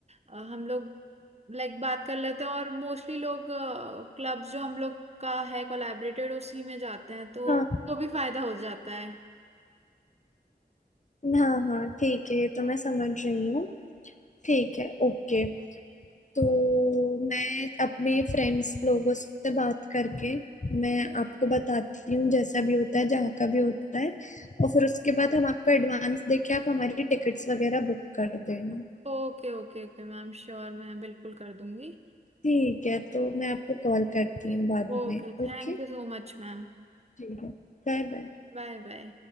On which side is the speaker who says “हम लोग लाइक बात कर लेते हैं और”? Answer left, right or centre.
Right